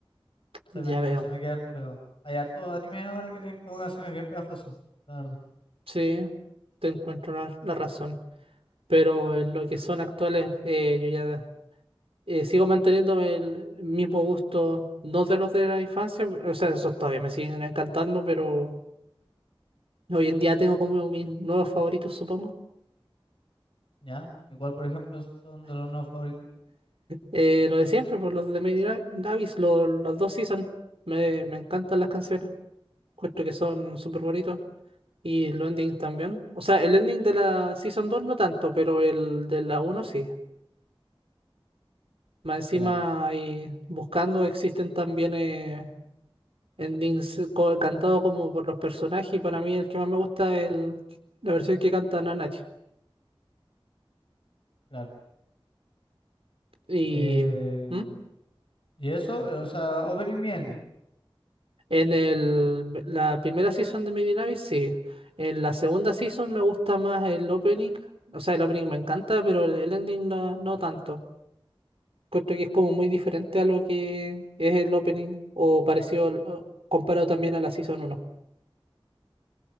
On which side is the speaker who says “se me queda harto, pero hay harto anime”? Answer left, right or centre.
Left